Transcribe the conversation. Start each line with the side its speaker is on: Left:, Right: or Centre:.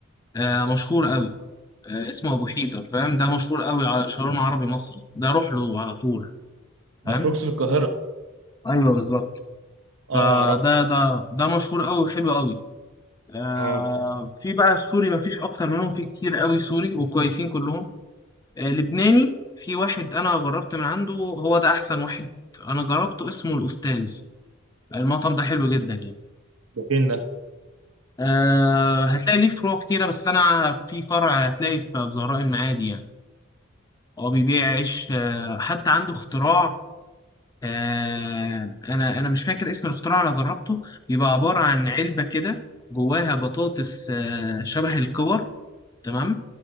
Left: آه مشهور قوي آه اسمه ابو حيدر فاهم ده مشهور قوي على شاورما عربي مصري ده روح له على طول فاهم
Right: ده فروكس في القاهره
Left: ايوه بالظبط
Right: اه
Left: فده
Right: اعرف
Left: ده ده مشهور قوي وحلو قوي آه
Right: اه
Left: في بقى السوري مفيش اكتر منهم في كتير قوي سوري وكويسين كلهم آه لبناني في واحد انا جربت من عنده هو ده احسن واحد انا جربته اسمه الاستاذ المطعم ده حلو جدا يعني
Right: ده فين ده
Left: أه هتلاقي ليه فروع كتيرة بس أنا في فرع هتلاقي في زهراء المعادي يعني هو بيبيع عيش أه حتى عنده اختراع أه أنا أنا مش فاكر اسم الاختراع أنا جربته بيبقى عبارة عن علبة كده جواها بطاطس أه شبه الكور تمام